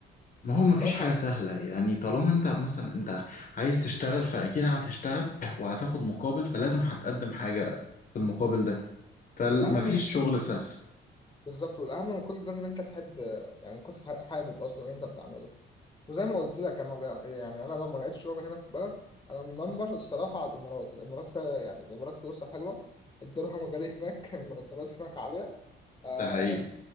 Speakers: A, on the left; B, on the left.
A: ما هو مفيش
B: بس
A: حاجة
B: على
A: سهلة يعني طالما أنت مثلا أنت عايز تشتغل فأكيد هتشتغل وهتاخد مقابل فلازم هتقدم حاجة في المقابل ده فمفيش
B: والأهم من
A: شغل سهل
B: بالظبط والاهم من كل ده ان انت تحب يعني تكون ح- حابب اصلا اللي انت بتعمله وزي ما قلت لك انا لا- يعني انا لو ما لقيتش شغل هنا في البلد انا منمر الصراحه على الامارات الامارات فيها يعني الامارات فلوسها حلوه الدرهم غالي هناك <laughs> المرتبات هناك عاليه آه
A: ده حقيقي